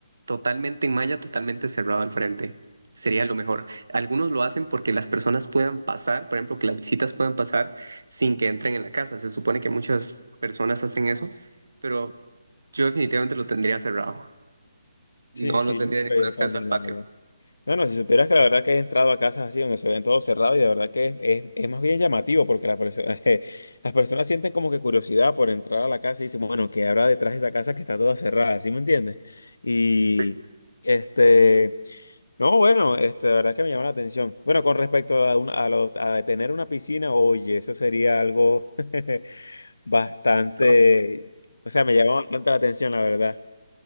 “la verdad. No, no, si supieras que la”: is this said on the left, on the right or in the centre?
Left